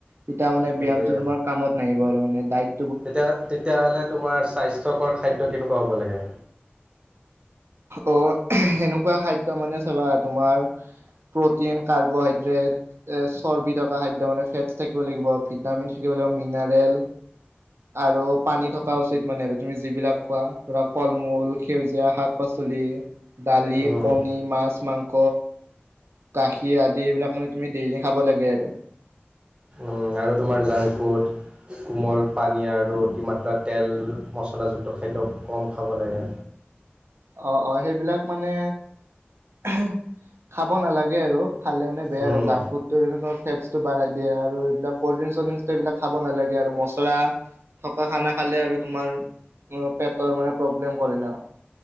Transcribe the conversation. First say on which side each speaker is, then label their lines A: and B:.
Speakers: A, on the right; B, on the right.
A: তেতিয়া মানে
B: সেইটোৱে
A: ব্যায়ামটো তোমাৰ কামত নাহিব আৰ মানে দায়িত
B: তেতিয়া তেতিয়াহলে তোমাৰ স্বাস্থ্যকৰ খাদ্য কেনেকুৱা হ'ব লাগে?
A: অ', সেনেকুৱা খাদ্য মানে চাবা তোমাৰ প্ৰটিন কাৰ্বহাইড্ৰেট এ চৰ্বি থকা খাদ্য মানে ফেটছ থাকিব লাগিব ভিটামিন থাকিব। মিনাৰেল আৰু পানী থকা উচিত মানে আৰ তুমি যিবিলাক খোৱা ধৰা ফল-মূল সেউজীয়া শাক পাচলি, দালি,
B: উম
A: কণী, মাছ, মাংস। গাখীৰ আদি এইবিলাক মানে তুমি ডেইলি খাব লাগে আৰু।
B: উম, আৰু তোমাৰ জাংক ফুড। কোমল পানী আৰু অতিমাত্ৰা তেল মচলা যুক্ত খাদ্য কম খাব লাগে।
A: অ', অ', সেইবিলাক মানে এহে খাব নালাগে আৰু খালে মানে বেয়া
B: উম,
A: আৰু জাংক ফুডটো ফেটচটো বাঢ়াই দিয়ে আৰু। এইবিলাক কল্ড ড্ৰিংক্স চলড্ৰিং এইবিলাক খাব নালাগে আৰু মছলা থকা খানা খালে আৰু তোমাৰ উম, পেটৰ মানে প্ৰব্লেম কৰে ন'